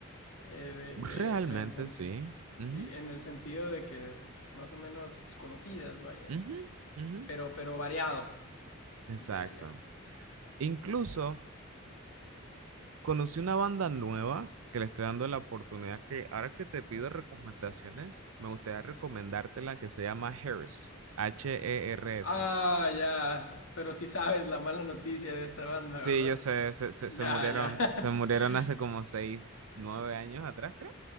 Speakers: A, on the left; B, on the right.
A: Eh, de, de-
B: Realmente
A: en el sen-
B: sí. Ujú,
A: sí, en el sentido de que, pues, más o menos conocidas, vaya.
B: ujú, ujú.
A: pero, pero variado.
B: Exacto.
A: Ya, ya.
B: Incluso Conocí una banda nueva que le estoy dando la oportunidad que ahora que te pido recomendaciones, me gustaría recomendarte la que se llama Hers, H-E-R-S.
A: Ah, ya. Pero sí sabes la mala noticia de esa banda,
B: Sí,
A: ¿verdad?
B: yo sé, se, se,
A: Ya,
B: se murieron,
A: ya. <laughs>
B: se murieron hace como seis, nueve años atrás, creo.